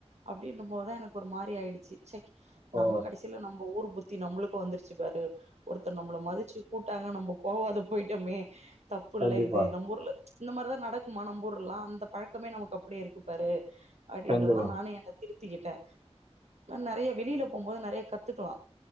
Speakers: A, on the right (about 85°); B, on the right (about 65°).
A: அப்டின்னும் போதுதா எனக்கு ஒரு மாரி ஆயிடுச்சு சய்
B: ஓ
A: நம்ப கடைசில நம்ப ஊர் புத்தி நம்பளுக்கும் வந்துருச்சி பாரு ஒருத்தர் நம்பள மதிச்சு கூட்டாங்க நம்போ போவாத போயிட்டமே தப்பு
B: கண்டிப்பா
A: இல்ல இது நம்ப ஊர்ல இந்த மாரிதா நடக்குமா நம்ப ஊர்ல்லா அந்த பழக்கமே நமக்கு அப்டியே இருக்கு பாரு அப்டின்ற
B: கண்டிப்பா
A: மாரி நானே என்ன திருத்திக்கிட்டே நறைய வெளியில போம்போது நறைய கத்துக்கலா